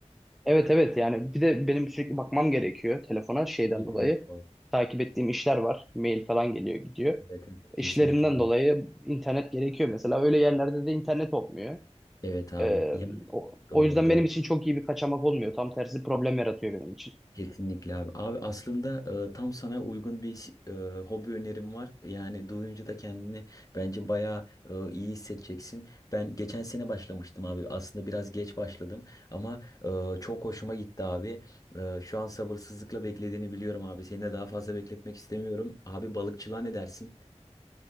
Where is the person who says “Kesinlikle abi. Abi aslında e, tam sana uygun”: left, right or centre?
Left